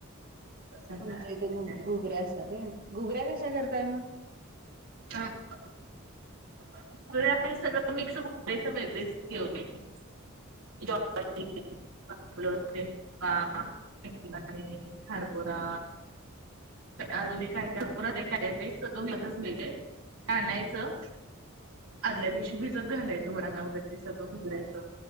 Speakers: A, on the right (about 75°); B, on the right (about 45°).
A: कसं
B: तुमच्या
A: काय असते
B: इथं घु... घुगऱ्या असतात व्हय... घुगऱ्या कशा करताय मग
A: <unintelligible> <unintelligible> सगळं मिक्स <unintelligible> जॉब करते मी <unintelligible> हरभोरा अजून काय सगळंच. कानायचं... आदल्या दिवशी भिजत घालायचं वडाना वगैरे ते सगळं घुगऱ्याचं